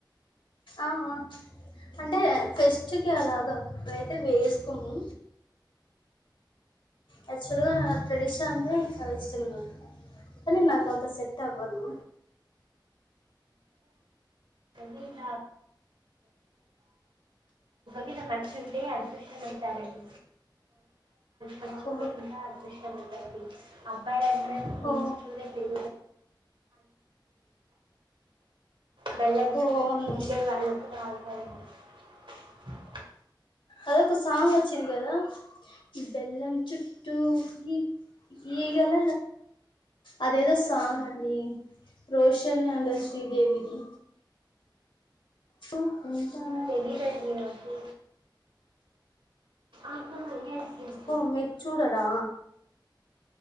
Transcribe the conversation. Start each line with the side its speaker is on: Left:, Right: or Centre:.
Left: ఆహా అంటే ఫెస్ట్కి అలాగా అప్పుడైతే వేసుకోము యాక్చువల్గా ట్రెడిషన్ అంటే చాలా ఇష్టం నాకు కానీ నాకు అంత సెట్ అవ్వదు
Right: భుజం మీద మచ్చుంటే అదృష్టం అంటారండి పచ్చి
Left: ఓ
Right: ఉంటే ఇంకా ఇష్టపడండి అబ్బాయిల లే
Left: ఓ
Right: ఈ చిక్కుడుకాయ తిను బెల్లం చెక్
Left: ఓ అవును
Right: ఈగ వాళ్ళు <unintelligible> <unintelligible>
Left: అదొక సాంగ్ వచ్చింది కదా ఈ బెల్లం చుట్టూ ఈ ఈగల అదేదో సాంగ్ అండి రోషన్ అండ్ శ్రీదేవిది <unintelligible> కుంట
Right: తెలియదండి నాకు ఆహా ఎస్ ఎస్
Left: ఓం మీరు చూడరా